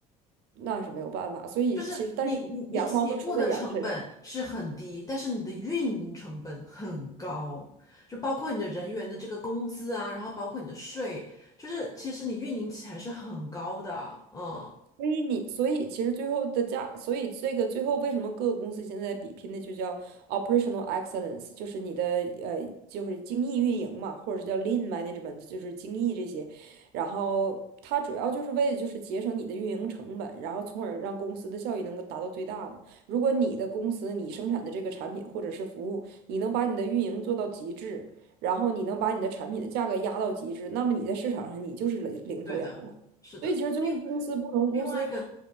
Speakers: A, on the right; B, on the left.
A: 那是没有办法，所以其实但是羊毛都出在羊身上。
B: 就是你你你起步的成本是很低，但是你的运营成本很高，就包括你的人员的这个工资啊，然后包括你的税，就是其实你运营起来是很高的，嗯，
A: 所以你，所以其实最后的价，所以这个最后为什么各个公司现在比拼的就叫 operational excellence，就是你的呃，就是精益运营嘛，或者是叫 lean management，就是精益这些。然后它主要就是为了就是节省你的运营成本，然后从而让公司的效益能够达到最大嘛。如果你的公司你生产的这个产品或者是服务，你能把你的运营做到极致，然后你能把你的产品的价格压到极致，那么你在市场上你就是领领头羊嘛。
B: 对的，是的，
A: 所以其实最后公司不同公司，
B: 另另外一个，